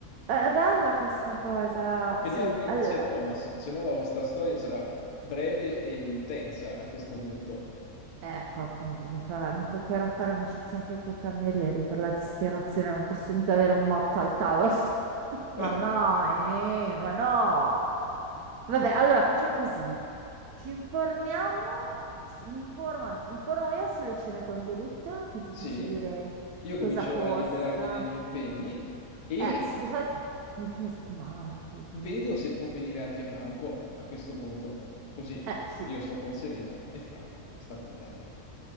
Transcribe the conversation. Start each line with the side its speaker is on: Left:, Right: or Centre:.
Right: è bella questa cosa.
Left: Speriamo
Right: Sì,
Left: che
Right: allora,
Left: non sia Thomas, se no la vostra storia sarà breve e intensa a questo punto.
Right: Ecco, appunto, mi fa... mi toccherà fare amicizia anche con i camerieri per la disperazione, non posso mica avere un morto al tavolo. <laughs> Ma
Left: <laughs>
Right: no, eh, ma no. Vabbè, allora facciamo così. Ci informiamo, s- mi informo, anzi, mi informo io sulle cene con delitto, così
Left: Sì,
Right: ti so dire
Left: io
Right: cosa
Left: comincio
Right: costa.
Left: a liberarmi dei miei impegni e
Right: Eh, s- di solito nei fine settimana, tipo.
Left: vedo se può venire anche Franco a questo punto. Così
Right: Eh, sì.
Left: io sto con Serena e Franco sta con Gaia.